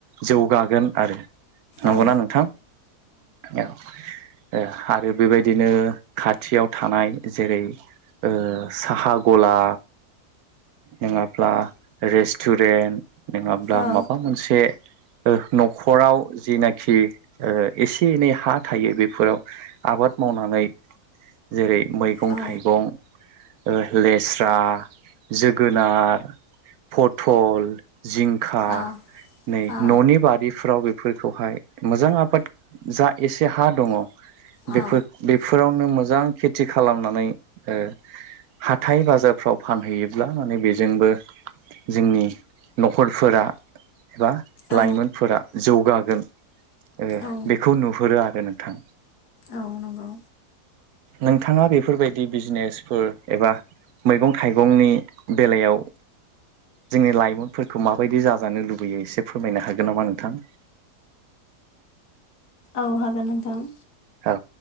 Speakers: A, on the right (about 70°); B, on the left (about 75°).
A: जौगागोन आरो नंगौना
B: औ
A: नोंथां औ। ओ आरो बेबायदिनो खाथियाव थानाय जेरै ओ साहा गला नोङाब्ला रेस्टुरेन्ट नोङाब्ला
B: औ
A: माबा मोनसे ओ न'खराव जिनाखि एसे एनै हा थायो बेफोराव आबाद मावनानै जेरै मैगं
B: औ
A: थाइगं ओ लेस्रा जोगोनार फथल जिंखा
B: आ
A: नै
B: आ
A: न'नि बारिफ्राव बे फोरखौ हाय मोजां आबाद जा एसे हा दङ बेफोर
B: औ
A: बेफोराव नो मोजां खेथि खालामनानै ओ हाथाय बाजारफ्राव फानहैयोब्ला माने बेजोंबो जोंनि न'खरफोरा एबा
B: औ
A: लाइमोनफोरा जौगागोन ओ
B: औ
A: बेखौ नुहुरो आरो नों थां
B: औ नंगौ।
A: नोंथाङा बेफोरबायदि बिजनेसफोर एबा मैगं थाइगंनि बेलायाव जोंनि लाइमोनफोरखौ माबायदि जाजानो लुबैयो एसे फोरमायनो हागोन नामा नोंथां? <inaudible>
B: औ हागोन नोंथां।
A: औ